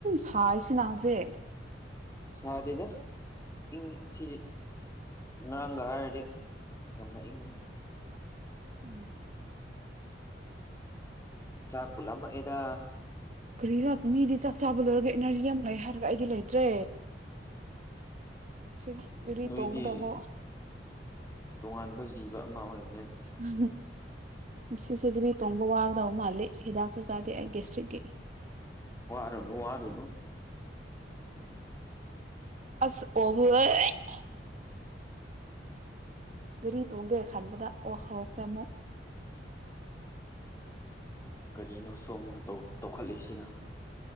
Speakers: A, on the right; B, on the left.
A: ꯁꯥꯏꯁꯤꯅ ꯍꯧꯖꯤꯛ
B: ꯁꯥꯗꯦꯗ ꯏꯪꯉꯤ ꯉꯁꯤꯗꯤ ꯉꯔꯥꯡꯒ ꯍꯥꯏꯔꯨꯔꯗꯤ ꯌꯥꯝꯅ ꯏꯪꯉꯤ
A: ꯍꯥ
B: ꯆꯥꯛꯄꯨ ꯂꯥꯝꯂꯛꯑꯦꯗ
A: ꯀꯔꯤꯔ ꯃꯤꯗꯤ ꯆ ꯆꯥꯥꯕꯨ ꯂꯣꯏꯔꯒ ꯏꯅꯔꯖꯤ ꯌꯥꯝ ꯂꯩ ꯍꯥꯏꯔꯒ ꯑꯩꯗꯤ ꯂꯩꯇ꯭ꯔꯦ ꯁꯤ ꯒꯔꯤ
B: ꯅꯣꯏꯗꯤ
A: ꯇꯣꯡꯉꯗꯕꯣ
B: ꯇꯣꯉꯥꯟꯕ ꯖꯤꯕ ꯑꯃ ꯑꯣꯏ
A: ꯍ ꯉꯁꯤꯁꯦ ꯒ꯭ꯔꯤ ꯇꯣꯡꯕ ꯋꯥꯒꯗꯧ ꯃꯥꯜꯂꯤ ꯍꯤꯗꯥꯛꯁꯨ ꯆꯥꯗꯦ ꯑꯩ ꯒꯦꯁꯇ꯭ꯔꯤꯛꯀꯤ
B: ꯋꯥꯔꯨꯅꯨ ꯋꯥꯔꯨꯅꯨ
A: ꯑꯁ ꯑꯣꯒꯦ ꯑꯣꯠ ꯒꯥꯔꯤ ꯇꯣꯡꯒꯦ ꯈꯟꯕꯗ ꯑꯣ ꯍꯧꯈ꯭ꯔꯦ ꯑꯃꯨꯛ
B: ꯀꯔꯤꯅꯣ ꯁꯣꯝꯅ ꯇꯧꯈꯠꯂꯛꯏꯁꯤꯅ